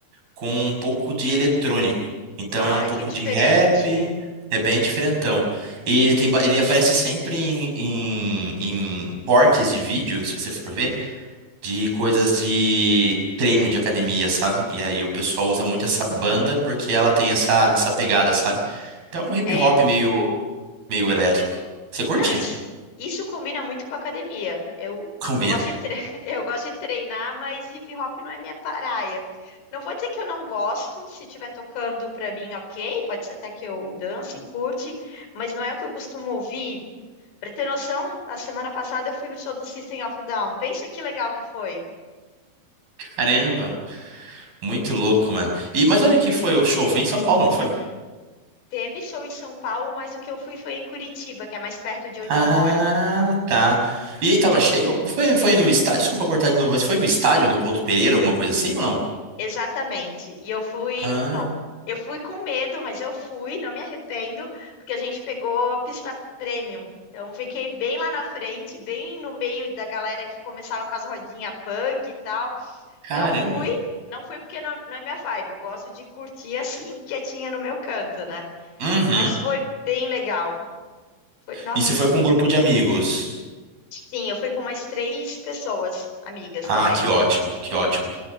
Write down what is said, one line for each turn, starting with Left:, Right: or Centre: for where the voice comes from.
Right: com um pouco de eletrônico. Então
Left: Ah,
Right: é um pouco
Left: que diferente.
Right: de rap, é bem diferentão. E ele tem, ba- ele aparece sempre em, em, em cortes de vídeo, se você for ver. de coisas de treino de academia, sabe? E aí o pessoal usa muito essa banda porque ela tem essa, essa pegada, sabe? Então é um hip
Left: É,
Right: hop meio, meio elétrico. Você curte?
Left: não, isso, isso combina muito com a academia. Eu,
Right: <laughs> Combina.
Left: eu gosto de tre- <laughs> eu gosto de treinar, mas hip hop não é minha praia. Não vou dizer que eu não gosto, se estiver tocando pra mim, ok, pode ser até que eu dance, curte, mas não é o que eu costumo ouvir. Pra ter noção, na semana passada eu fui no show do System of a Down. Pensa que legal que foi.
Right: Caramba, muito louco, mano. E, mas olha que foi o show, foi em São Paulo, não foi?
Left: Teve show em São Paulo, mas o que eu fui foi em Curitiba, que é mais perto de onde
Right: Ah,
Left: eu moro.
Right: tá. E aí tava cheio? Foi, foi no estádio, desculpa cortar de novo, mas foi no estádio, no Couto Pereira, alguma coisa assim ou não?
Left: Exatamente. E eu fui,
Right: Ah,
Left: não, eu fui com medo, mas eu fui, não me arrependo, porque a gente pegou a pista premium. Então fiquei bem lá na frente, bem no meio da galera que começava com as rodinhas punk e tal.
Right: caramba.
Left: Não fui, não fui porque não, não é minha vibe. Eu gosto de curtir assim, quietinha no meu canto, né?
Right: Uhum.
Left: Mas foi bem legal. Foi, nossa,
Right: E você foi
Left: sim.
Right: com um grupo de amigos?
Left: Sim, eu fui com umas três pessoas, amigas
Right: Ah,
Left: também.
Right: que ótimo, que ótimo.